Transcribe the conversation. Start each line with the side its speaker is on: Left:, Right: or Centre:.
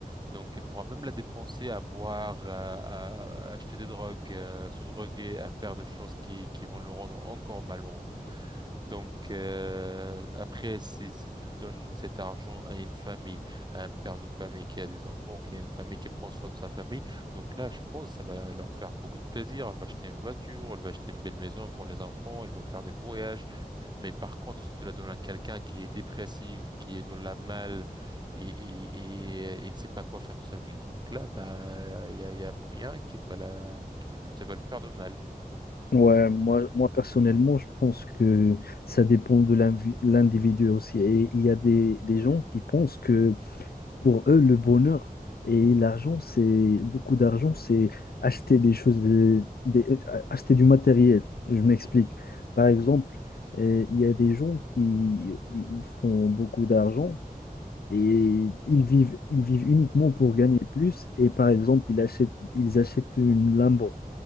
Right: donc, elle pourra même la dépenser à boire, à, à- à acheter des drogues, à se droguer, à faire des choses qui, qui vont le rendre encore malheureux. Donc, euh, après, si, si tu le donnes cet argent à une famille, à un père de famille qui a des enfants, qui a une famille qui prend soin de sa famille, donc là, je pense que ça va leur faire beaucoup de plaisir. Elle va acheter une voiture, elle va acheter une belle maison pour les enfants, elles vont faire des voyages. Mais par contre, si tu la donnes à quelqu'un qui est dépressif, qui est dans la malle et, et, et, euh, il ne sait pas quoi faire de sa vie, donc là, bah, il y a, il y a moyen qu'il va la, qu'il- que ça va le faire de mal.
Left: Ouais, moi, moi personnellement, je pense que ça dépend de l'invi- l'individu aussi. Et il y a des, des gens qui pensent
Right: Mhm,
Left: que Pour eux, le bonheur et l'argent, c'est beaucoup d'argent, c'est acheter des choses, euh, des- euh, acheter du matériel. Je m'explique.
Right: mhm,
Left: Par exemple, euh, il y a des gens qui ils font beaucoup d'argent et ils vivent, ils vivent uniquement pour gagner plus. Et par exemple, ils achètent, ils achètent une Lambo.